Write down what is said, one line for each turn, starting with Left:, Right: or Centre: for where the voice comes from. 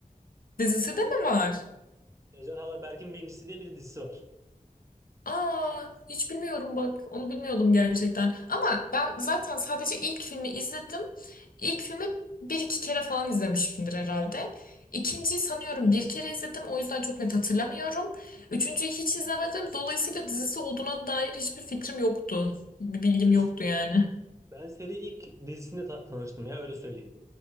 Left: Dizisi de mi var?
Right: Ejderhalar Berk'in Birincisi diye bir de dizisi var.
Left: Aa, hiç bilmiyorum bak. Onu bilmiyordum gerçekten. Ama ben zaten sadece ilk filmi izledim. İlk filmi bir iki kere falan izlemişimdir herhalde. İkinciyi sanıyorum bir kere izledim. O yüzden çok net hatırlamıyorum. Üçüncüyü hiç izlemedim. Dolayısıyla dizisi olduğuna dair hiçbir fikrim yoktu. Bir bilgim
Right: Dizisi.
Left: yoktu yani.
Right: Ben seri ilk dizisinde ta- tanıştım ya öyle söyleyeyim.